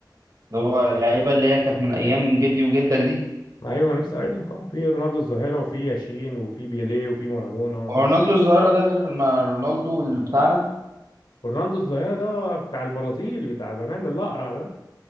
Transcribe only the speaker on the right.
اللي هو اللعيبة اللي هي كانت من أيام جدي وجدك دي
هو رونالدو الظاهرة ده غير ما رونالدو اللي بتاعنا